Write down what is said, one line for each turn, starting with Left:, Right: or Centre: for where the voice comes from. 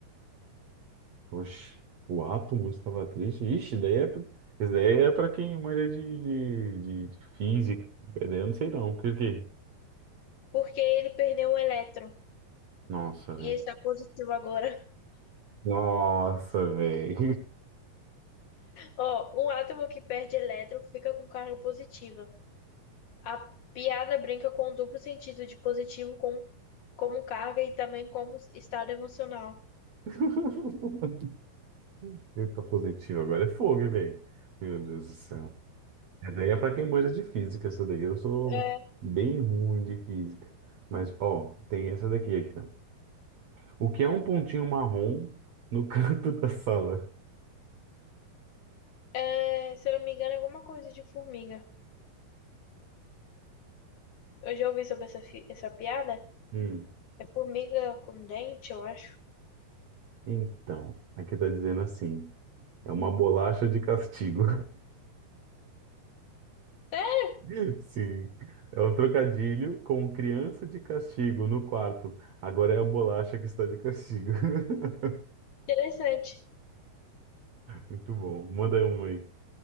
Right: Oxe, o átomo estava triste. Ixi, daí é, pra- esse daí é para quem manja de, de, de- de física. Esse Daí eu não sei não. Por quê?
Left: Porque ele perdeu um elétron.
Right: Nossa, velho.
Left: E ele está positivo agora.
Right: Nossa, velho.
Left: Ó, um átomo que perde elétron fica com carga positiva. A piada brinca com o duplo sentido de positivo com, como carga e também como estado emocional.
Right: <laughs> Eita, positivo. Agora é fogo, hein, velho. Meu Deus do céu. Essa daí é pra quem manja de física, essa daí. Eu sou
Left: É,
Right: bem ruim de física. Mas, ó, tem essa daqui aqui, ó. O que é um pontinho marrom no <laughs> canto da sala?
Left: é, se eu não me engano, é alguma coisa de formiga. Eu já ouvi sobre essa, fi- essa piada.
Right: Hum.
Left: É formiga com dente, eu acho.
Right: Então, aqui tá dizendo assim. É uma bolacha de castigo.
Left: É
Right: <laughs> Sim. É um trocadilho com criança de castigo no quarto. Agora é a bolacha que está de castigo. <laughs>
Left: interessante.
Right: Muito bom. Manda aí uma aí.